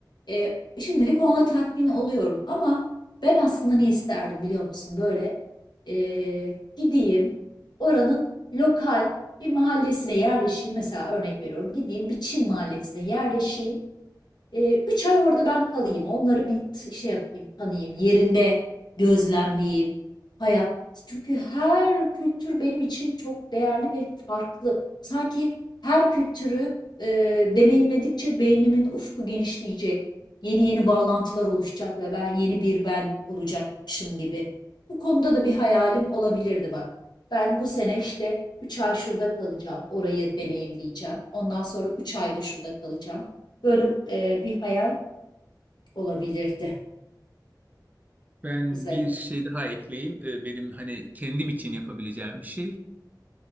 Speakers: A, on the left; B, on the right.
A: E, şimdilik onunla tatmin oluyorum ama ben aslında ne isterdim biliyor musun? Böyle e, gideyim oranın lokal bir mahallesine yerleşeyim. Mesela örnek veriyorum gideyim bir Çin mahallesine yerleşeyim. Eee, 3 ay orada ben kalayım. Onları bir şey yapayım, tanıyayım. Yerinde gözlemleyeyim. Hayat. Çünkü her kültür benim için çok değerli ve farklı. Sanki her kültürü eee, deneyimledikçe beynimin ufku genişleyecek. Yeni yeni bağlantılar oluşacak ve ben yeni bir ben olacakmışım gibi. Bu konuda da bir hayalim olabilirdi bak. Ben bu sene işte 3 ay şurada kalacağım. Orayı deneyimleyeceğim. Ondan sonra 3 ayda şurada kalacağım. Böyle eee, bir hayal olabilirdi.
B: Ben
A: Güzel
B: bir
A: olur.
B: şey daha ekleyeyim. Ee, benim hani kendim için yapabileceğim bir şey.